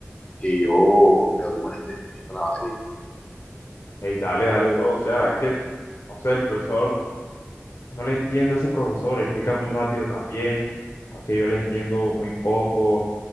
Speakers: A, on the left; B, on the left.
A: que yo le doy buen entendimiento a la batería.
B: Ey, dale, dale, bro. O sea, es que, no sé, el profesor, no le entiendo a ese profesor, explica muy rápido también. o Es que yo le entiendo muy poco,